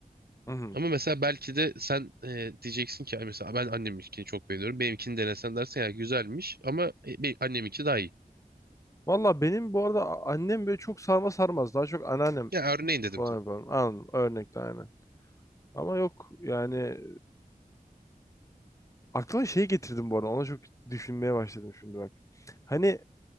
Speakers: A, on the left; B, on the right.
A: hı. hı.
B: Ama mesela belki de sen e, diyeceksin ki "Ay mesela ben anneminkini çok beğeniyorum. Benimkini denesen dersen ya güzelmiş ama e, be- anneminki daha iyi.
A: Valla benim bu arada a- annem böyle çok sarma sarmaz. Daha çok anneannem
B: Ya örneğin dedim
A: falan
B: tabii.
A: yapar. Anladım. Örnekte aynen. Ama yok yani Aklıma şey getirdim bu arada. Ona çok düşünmeye başladım şimdi bak. Hani